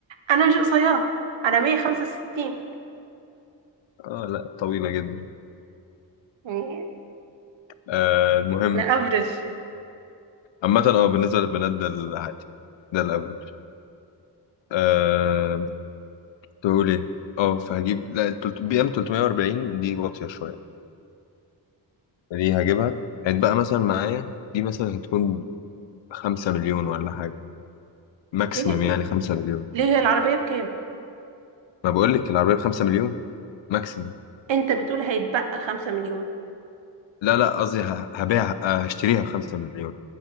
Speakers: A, on the right; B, on the left.
A: انا مش قصيره انا 165
B: اه لا طويلة جدا
A: يعني
B: آه المهم
A: انا افرج
B: عامة اه بالنسبة للبنات ده العادي ده الافرج آه كنت بقول ايه؟ اه فهجيب لا التلت- بي ام 340 دي واطية شوية دي هجيبها هيتبقى مثلا معايا دي مثلا هتكون خمسة مليون ولا حاجة ماكسيمم
A: ايه
B: يعني خمسة مليون
A: ليه هي العربيه بكام
B: ما بقولك العربية بخمسة مليون ماكسيمم
A: انت بتقول هيتبقى 5 مليون
B: لا لا قصدي ه- هبيع آه، هشتريها بخمسة مليون